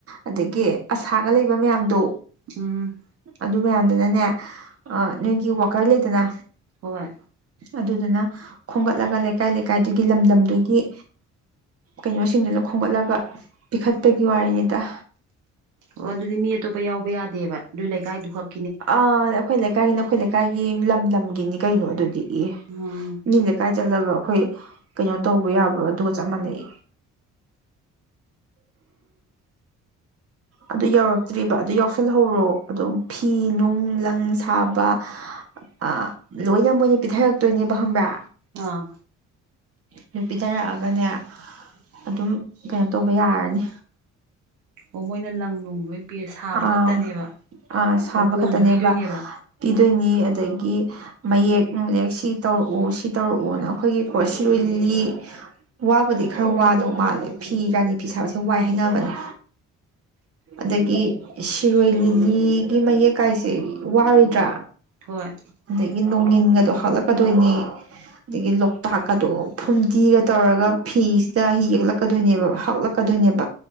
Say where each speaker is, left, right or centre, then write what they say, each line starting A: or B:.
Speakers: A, on the right; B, on the right.
A: ꯑꯗꯒꯤ ꯑꯁꯥꯒ ꯂꯩꯕ ꯃꯌꯥꯝꯗꯣ
B: ꯎꯝ
A: ꯑꯗꯨ ꯃꯌꯥꯝꯗꯨꯅꯅꯦ ꯅꯣꯏꯒꯤ ꯋꯥꯀꯔ ꯂꯩꯗꯅ
B: ꯍꯣꯏ
A: ꯑꯗꯨꯗꯨꯅ ꯈꯣꯝꯒꯠꯂꯒ ꯂꯩꯀꯥꯏ ꯂꯩꯀꯥꯏꯗꯨꯒꯤ ꯂꯝ ꯂꯝꯗꯨꯒꯤ ꯀꯩꯅꯣꯁꯤꯡꯗꯨꯅ ꯈꯣꯝꯒꯠꯂꯒ ꯄꯤꯈꯠꯄꯒꯤ ꯋꯥꯔꯤꯅꯤꯗ
B: ꯑꯣ ꯑꯗꯨꯗꯤ ꯃꯤ ꯑꯇꯣꯞꯄ ꯌꯥꯎꯕ ꯌꯥꯗꯦꯕ ꯑꯗꯨꯏ ꯂꯩꯀꯥꯏꯗꯨ ꯈꯛ
A: ꯑ ꯑꯩꯈꯣꯏ ꯂꯩꯀꯥꯏꯒꯤꯅꯤ ꯑꯩꯈꯣꯏ ꯂꯩꯀꯥꯏꯒꯤ ꯂꯝ ꯂꯝꯒꯤꯅꯤ ꯀꯩꯅꯣ ꯑꯗꯨꯗꯤ ꯏ
B: ꯎꯝ
A: ꯃꯤ ꯂꯩꯀꯥꯏ ꯆꯠꯂꯒ ꯑꯩꯈꯣꯏ ꯀꯩꯅꯣ ꯇꯧꯕ ꯌꯥꯕ꯭ꯔ ꯑꯗꯨꯒ ꯆꯞ ꯃꯥꯟꯅꯩ ꯑꯗꯨ ꯌꯧꯔꯛꯇ꯭ꯔꯤꯕ ꯑꯗꯨ ꯌꯥꯎꯁꯜꯍꯧꯔꯣ ꯑꯗꯨꯝ ꯐꯤ ꯅꯨꯡ ꯂꯪ ꯁꯥꯕ ꯑ ꯂꯣꯏꯅ ꯃꯣꯏꯅ ꯄꯤꯊꯔꯛꯇꯣꯏꯅꯦꯕ ꯍꯪꯕ꯭ꯔꯥ
B: ꯑꯥ
A: ꯑꯗꯨ ꯄꯤꯊꯔꯛꯑꯒꯅꯦ ꯑꯗꯨꯝ ꯀꯩꯅꯣ ꯇꯧꯕ ꯌꯥꯔꯅꯤ
B: ꯑꯣ ꯃꯣꯏꯅ ꯂꯪ ꯅꯨꯡꯕꯩ ꯄꯤꯔꯦ ꯁꯥꯕ
A: ꯑꯥ
B: ꯈꯛꯇꯅꯦꯕ
A: ꯑꯥ ꯁꯥꯕ
B: ꯑꯣ ꯀꯣꯟꯁꯨ
A: ꯈꯛꯇꯅꯦꯕ
B: ꯄꯤꯗꯣꯏꯅꯦꯕ
A: ꯄꯤꯗꯣꯏꯅꯤ ꯑꯗꯒꯤ ꯃꯌꯦꯛ ꯅꯨꯡꯂꯦꯛ ꯁꯤ ꯇꯧꯔꯛꯎ ꯁꯤ ꯇꯧꯔꯛꯎꯅ ꯑꯩꯈꯣꯏꯒꯤꯀꯣ ꯁꯤꯔꯣꯏ ꯂꯤꯂꯤ ꯋꯥꯕꯨꯗꯤ ꯈꯔ ꯋꯥꯗꯧ ꯃꯥꯜꯂꯦ ꯐꯤ ꯔꯥꯅꯤ ꯐꯤ ꯁꯥꯕꯁꯦ ꯋꯥꯏ ꯍꯥꯏꯅꯕꯅꯦ ꯑꯗꯒꯤ ꯁꯤꯔꯣꯏ ꯂꯤꯂꯤꯒꯤ ꯃꯌꯦꯛ ꯀꯥꯏꯁꯦ ꯋꯥꯔꯣꯏꯗ꯭ꯔꯥ
B: ꯍꯣꯏ
A: ꯑꯗꯒꯤ ꯅꯣꯡꯒꯤꯟꯒꯗꯣ ꯍꯥꯠꯂꯛꯀꯗꯣꯏꯅꯤ ꯑꯗꯒꯤ ꯂꯣꯛꯇꯥꯛꯀꯗꯣ ꯐꯨꯝꯗꯤꯒ ꯇꯧꯔꯒ ꯐꯤꯁꯤꯗ ꯌꯦꯛꯂꯛꯀꯗꯣꯏꯅꯦꯕ ꯍꯛꯂꯛ ꯀꯗꯣꯏꯅꯦꯕ